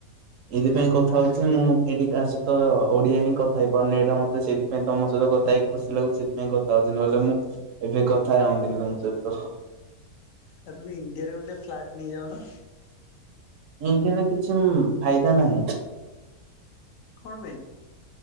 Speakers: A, on the right; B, on the left.
A: ଏଇଥିପାଇଁ କଥା ହଉଚି ମୁଁ ଏଠି କାହା ସହିତ ଓଡିଆ ହିଁ କଥା ହେଇପାରୁନି ଏଇଟା ମତେ ସେଥିପାଇଁ ତମ ସହିତ କଥା ହେଇକି ଖୁସି ଲାଗୁଚି ସେଥିପାଇଁ କଥାହଉଚି ନହେଲେ ଲେ ମୁଁ ଏବେ କଥା ହଅନ୍ତିନି ତମ ସହିତ
B: ଆଉ ତୁ ଇଣ୍ଡିଆରେ ଗୋଟେ ଫ୍ଲାଟ ନେଇଯାଉନୁ।
A: ଇଣ୍ଡିଆରେ କିଛି ଫାଇଦା ନାହିଁ।
B: କଣ ପାଇଁ?